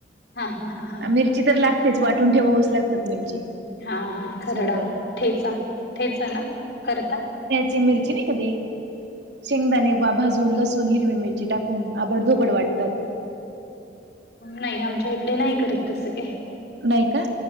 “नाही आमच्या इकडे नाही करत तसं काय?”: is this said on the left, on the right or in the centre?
Left